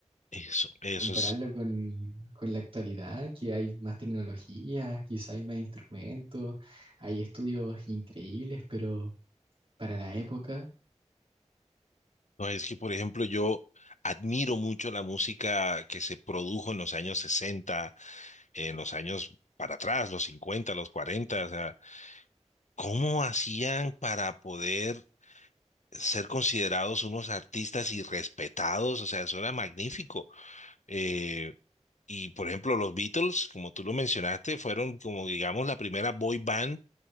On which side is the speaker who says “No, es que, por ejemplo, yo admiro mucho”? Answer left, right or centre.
Left